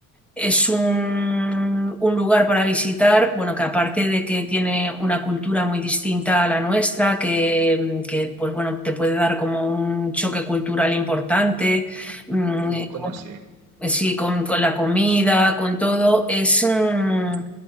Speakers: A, in the centre; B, on the right (about 50°).
A: es un, un lugar para visitar, bueno, que aparte de que tiene una cultura muy distinta a la nuestra, que, mm, que pues bueno, te puede dar como un choque cultural importante. mm,
B: Uy, ¿cómo así?
A: pues Sí, con, con la comida, con todo, es mm,